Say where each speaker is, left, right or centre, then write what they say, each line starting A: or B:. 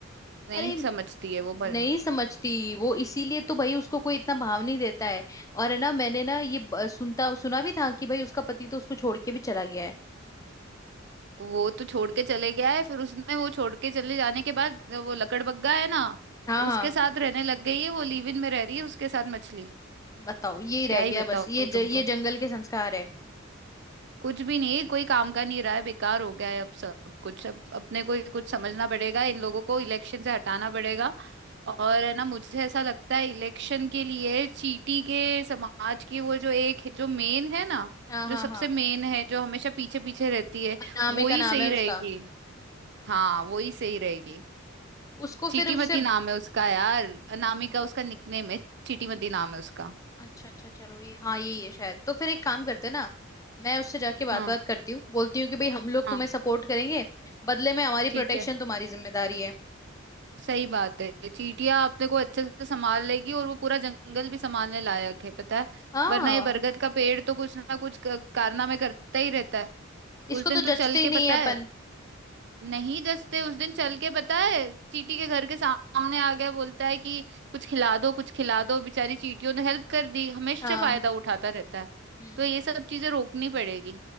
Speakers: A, on the right; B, on the left.
A: नहीं
B: अरे
A: समझती है वो भर
B: नहीं समझती वो इसीलिए तो भाई उसको कोई इतना भाव नहीं देता है और है ना मैंने ना ये ब- सुनता सुना भी था कि भाई उसका पति तो उसको छोड़ के भी चला गया है
A: वो तो छोड़ के चले गया है फिर उसने वो छोड़ के चले जाने के बाद वो लकड़बग्गा है ना
B: हाँ हाँ
A: उसके साथ रहने लग गई है वो लिव इन में रह रही है उसके साथ मछली
B: बताओ ये रह
A: क्या ही
B: गया
A: बताओ
B: बस ये ज,
A: तुमको
B: ये जंगल के संस्कार है
A: कुछ भी नहीं कोई काम का नहीं रहा है बेकार हो गया है अब सब कुछ अब अपने को ही कुछ समझना पड़ेगा इन लोगों को इलेक्शन से हटाना पड़ेगा और है ना मुझे ऐसा लगता है इलेक्शन के लिए चीटी के समाज की वो जो एक जो मेन है ना
B: हाँ हाँ
A: जो सबसे
B: हाँ
A: मेन है जो हमेशा पीछे पीछे रहती है
B: अनामे
A: वो ही
B: का नाम
A: सही
B: है
A: रहेगी
B: उसका
A: हाँ वो ही सही रहेगी
B: उसको
A: चीटीमती
B: फिर उससे
A: नाम है उसका यार अनामिका उसका निकनेम है चीटीमती नाम है उसका
B: अच्छा अच्छा चलो ये हाँ ये ये शायद तो फिर एक काम करते हैं ना मैं उससे जाके बात
A: हाँ
B: बात करती हूँ बोलती हूँ कि भाई हम लोग
A: हाँ
B: तुम्हें सपोर्ट करेंगे बदले में हमारी
A: ठीक
B: प्रोटेक्शन
A: है
B: तुम्हारी जिम्मेदारी है
A: सही बात है चींटियां अपने को अच्छे से संभाल लेगी और वो पूरा जंगल भी संभालने लायक है पता है
B: हाँ
A: वरना ये बरगद का पेड़ तो कुछ ना कुछ क- कारनामे करता ही रहता है उस
B: इसको
A: दिन
B: तो
A: तू
B: जचते
A: चल
B: ही
A: के
B: नहीं
A: पता
B: है
A: है
B: अपन
A: नहीं जस्ते उस दिन चल के पता है चीटी के घर के सामने आ गया बोलता है कि कुछ खिला दो कुछ खिला दो बेचारी चीटियों ने हेल्प कर दी हमेशा
B: हाँ
A: फायदा उठाता रहता है
B: हम्म
A: तो ये सब चीजें रोकनी पड़ेगी